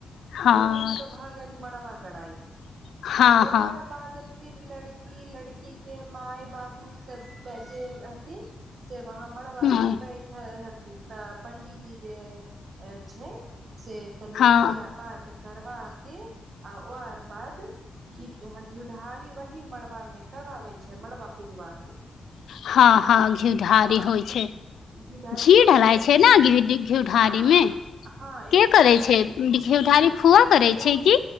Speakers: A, on the left; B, on the right.
A: हँ
B: त ऊ त भ गेल जे मड़वागढ़इ
A: हँ
B: आब आओर
A: हँ
B: बाद फिर लड़की लड़की के मााय बाबू सब जे हथिन से वहाँ मड़बा
A: हँ
B: पे बैठल छथिन तऽ पण्डीजी जे अ छै से तनि
A: हँ
B: पूजा पाठ करबा के आ ओर बाद घीढ घिढारी वही मड़बामे करबाबय छै मड़बा पूजवा के
A: हँ हँ घी ढारी
B: हँ
A: होइ छै
B: घिढारी
A: घी
B: होवे
A: ढलाय छै ने घी घी ढारी
B: हँ
A: मे
B: हँ एगो
A: के करै
B: काँसा के
A: घिढारी
B: उ
A: फुआ करै
B: उ
A: छै कि